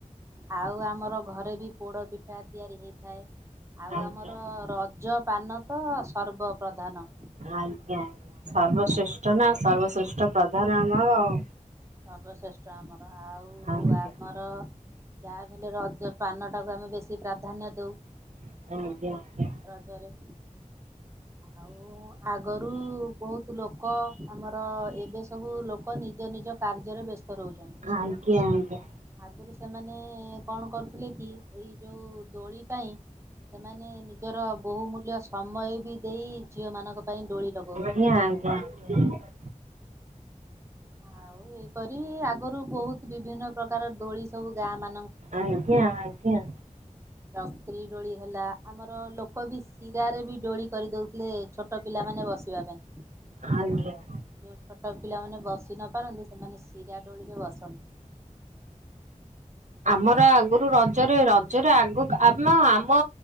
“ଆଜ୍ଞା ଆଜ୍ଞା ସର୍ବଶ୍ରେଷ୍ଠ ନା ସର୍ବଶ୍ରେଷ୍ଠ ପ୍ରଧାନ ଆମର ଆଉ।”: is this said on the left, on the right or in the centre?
Right